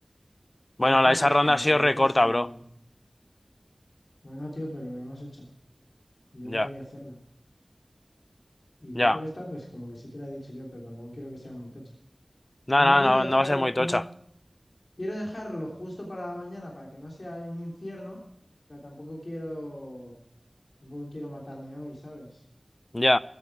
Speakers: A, on the left; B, on the left.
A: Y
B: Bueno,
A: esta,
B: la, esa
A: pues
B: ronda
A: como
B: ha sido
A: que
B: recorta,
A: esta sí,
B: bro.
A: bueno, tío, pero lo hemos hecho y yo
B: Ya,
A: no quería hacerla. Y luego
B: ya.
A: esta, pues como que sí te la he dicho yo, pero tampoco quiero que sea muy tocha.
B: No,
A: Tampoco
B: no,
A: quiero
B: no,
A: dejar,
B: no va a ser muy
A: no
B: tocha.
A: quiero dejarlo justo para mañana para que no sea un infierno, pero tampoco quiero, tampoco quiero matarme hoy, ¿sabes?
B: Ya.